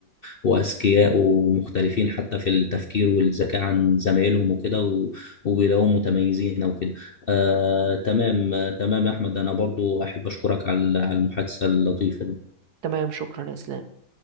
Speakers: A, on the left; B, on the right.
A: وأذكياء ومختلفين حتى في التفكير والذكاء عن زمايلهم وكده و- وبيلاقوهم متميزين وكده آه تمام آه تمام يا أحمد أنا برضو أحب أشكرك على على المحادثة اللطيفة دي
B: تمام شكرا يا اسلام